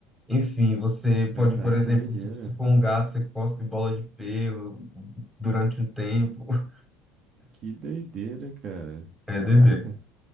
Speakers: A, in the centre; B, on the right (about 50°).
A: Enfim, você pode,
B: Carai,
A: por exemplo,
B: que doideira.
A: se você for um gato, você cospe bola de pelo durante um tempo. <laughs>
B: Que doideira, cara.
A: É,
B: Caraca.
A: Dedê.